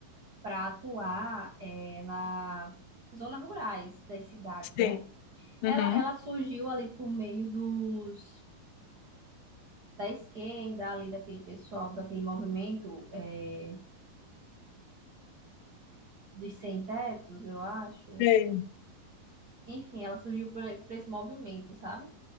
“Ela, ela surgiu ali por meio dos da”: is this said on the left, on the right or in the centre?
Right